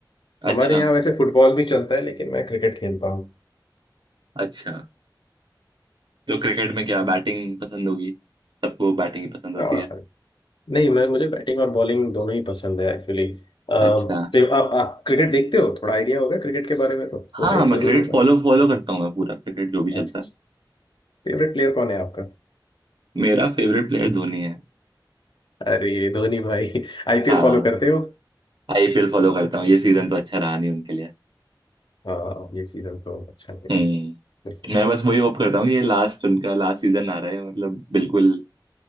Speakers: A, on the left; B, on the right.
A: हमारे
B: अच्छा
A: यहाँ वैसे फुटबॉल भी चलता है लेकिन मैं क्रिकेट खेलता हूँ
B: अच्छा तो क्रिकेट में क्या बैटिंग पसंद होगी सबको बैटिंग ही पसंद होती
A: और
B: है
A: नहीं मैं मुझे बैटिंग और बॉलिंग दोनों ही पसंद है एक्चुअली आप
B: अच्छा
A: आप क्रिकेट देखते हो थोड़ा आइडिया होगा क्रिकेट के बारे में तो होगा
B: हाँ हाँ
A: ही
B: मैं
A: जरूर
B: क्रिकेट
A: होगा
B: फॉलो फॉलो करता हूँ मैं पूरा क्रिकेट जो भी चलता
A: अच्छा अच्छा
B: है
A: फेवरेट प्लेयर कौन है आपका
B: मेरा फेवरेट प्लेयर धोनी है
A: अरे धोनी भाई <laughs> आईपीएल
B: हाँ
A: फॉलो करते हो
B: आईपीएल फॉलो करता हूँ ये सीजन तो अच्छा रहा नहीं उनके लिए
A: हाँ ये सीजन तो अच्छा लग
B: हम्म
A: रहा है बिल्कुल
B: मैं बस वही होप करता हूँ कि ये लास्ट उनका लास्ट सीजन आ रहा है मतलब बिल्कुल